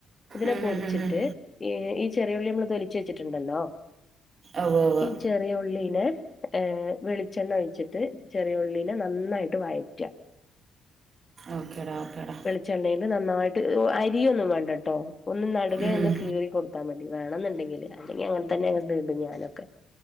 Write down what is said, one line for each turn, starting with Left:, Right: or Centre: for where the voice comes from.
Left: ഇതിനെ
Right: ഉം
Left: പൊട്ച്ച്ട്ട്
Right: ഉം ഉം ഉം
Left: ഈ ഈ ചെറിയുള്ളി നമ്മള് തൊലിച്ച് വെച്ച്ട്ട്ണ്ടല്ലോ
Right: ഉവ്വ് ഉവ്വ്
Left: ഈ ചെറിയുളളീനെ ഏ വെളിച്ചെണ്ണ ഒഴിച്ച് ട്ട് ചെറിയുള്ളീനെ നന്നായിട്ട് വഴറ്റ
Right: ഓക്കെടാ ഓക്കെടാ
Left: ചെണ്ൽ നന്നായിട്ട് അരിയ ഒന്നും വേണ്ടട്ടോ ഒന്ന് നടുകെ
Right: ഉം
Left: ഒന്ന് കീറി കൊടുത്താൽ മതി വേണം എന്നുണ്ടെങ്കില് അല്ലെങ്കി അങ്ങനെ തന്നെ അങ്ങട്ട് ഇട്ക ഞാനൊക്കെ